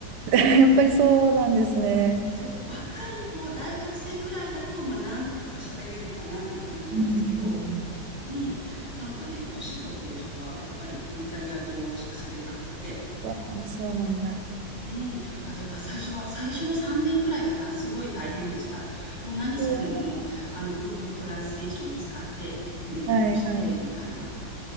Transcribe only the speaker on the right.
<laughs> やっぱりそうなんですね。
うんうん
うわあ、そうなんだ。
うわ
はいはい。